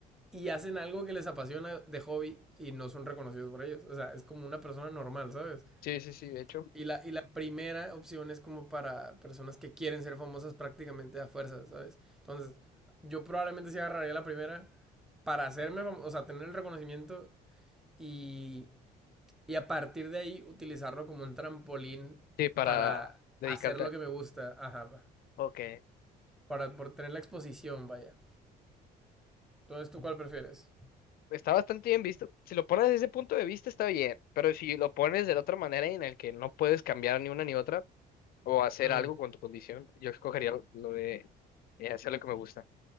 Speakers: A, in the centre; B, on the left.
A: y hacen algo que les apasiona de hobby y no son reconocidos por ellos. O sea, es como una persona normal, ¿sabes?
B: Sí, sí, sí, de hecho.
A: Y la, y la primera opción es como para personas que quieren ser famosas prácticamente a fuerza, ¿sabes? Entonces, yo probablemente sí agarraría la primera para hacerme famoso, o sea, tener el reconocimiento y, y a partir de ahí utilizarlo como un trampolín
B: Sí, para
A: para
B: dedicarte
A: hacer lo
B: a...
A: que me gusta, ajá,
B: Ok.
A: para, por tener la exposición, vaya. Entonces, ¿tú cuál prefieres?
B: Está bastante bien visto. Si lo pones desde ese punto de vista, está bien, pero si lo pones de la otra manera en el que no puedes cambiar ni una ni otra o hacer
A: Mm,
B: algo con tu condición, yo escogería lo lo de eh, hacer lo que me gusta.